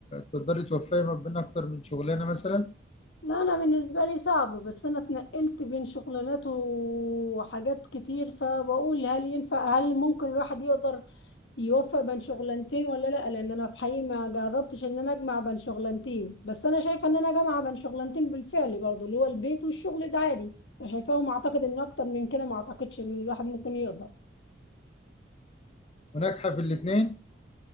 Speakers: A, on the left; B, on the left.
A: تقدري توفقي ما بين اكتر من شغلانه مثلا
B: لا انا بالنسبه لي صعب بس انا اتنقلت بين شغلانات وحاجات كتير فبقول هل ينفع هل ممكن الواحد يقدر يوفق بين شغلانتين ولا لا لان انا بحقيقي ما جربتش ان انا اجمع بين شغلانتين بس انا شايفه ان انا جامعه بين شغلانتين بالفعل برضو اللي هو البيت والشغل العادي انا شايفاهم اعتقد ان اكتر من كده ما اعتقدش ان الواحد ممكن يقدر
A: وناجحه في الاثنين